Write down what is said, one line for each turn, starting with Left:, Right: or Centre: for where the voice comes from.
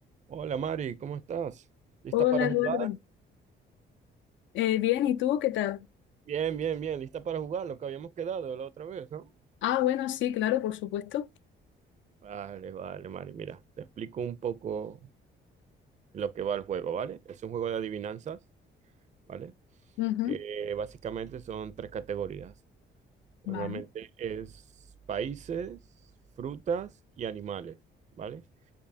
Right: Hola Mari, ¿cómo estás? ¿Lista
Left: Hola,
Right: para
Left: Eduardo.
Right: jugar?
Left: Eh, bien, ¿y tú qué tal?
Right: Bien, bien, bien, lista para jugar, lo que habíamos quedado la otra vez, ¿no?
Left: Ah, bueno, sí, claro, por supuesto.
Right: Vale, vale, Mari, mira, te explico un poco lo que va el juego, ¿vale? Es un juego de adivinanzas, ¿vale?
Left: Ujú,
Right: Que básicamente son tres categorías. Normalmente
Left: Vale.
Right: es países, frutas y animales, ¿vale?